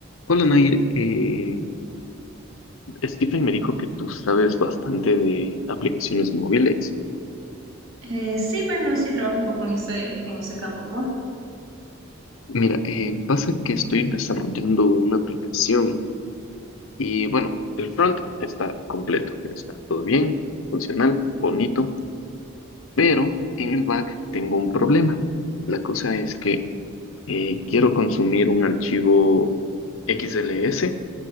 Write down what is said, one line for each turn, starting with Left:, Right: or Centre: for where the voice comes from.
Left: Hola Nair, eh, Stephen me dijo que tú sabes bastante de aplicaciones móviles.
Right: Eh, sí, bueno, sí trabajo un poco en ese, en ese campo, pues.
Left: Mira, eh, pasa que estoy desarrollando una aplicación y bueno, el front está completo, está todo bien, funcional, bonito, pero en el back tengo un problema. La cosa es que eh, quiero consumir un archivo XLS